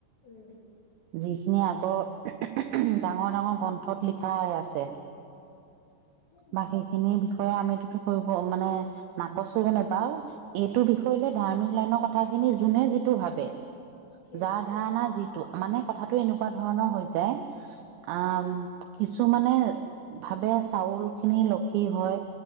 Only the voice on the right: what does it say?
যি যিখিনি আগৰ ডাঙৰ - ডাঙৰ গ্ৰন্থত লিখা হৈ আছে।
বাকেইখিনি বিষয় আমটো কৰিব মানে নাকচ কৰিব নে বাৰু এইটো বিষয়ে কৰিলে ধাৰ্মিক লাইনৰ কথাখিনি যোনে যিটো ভাবে
যাৰ ধাৰণা যিটো মানে কথাটো এনেকুৱা ধৰণৰ হৈ যায় আ কিছু মানে ভাবে। চাউল খিনি লক্ষী হয়।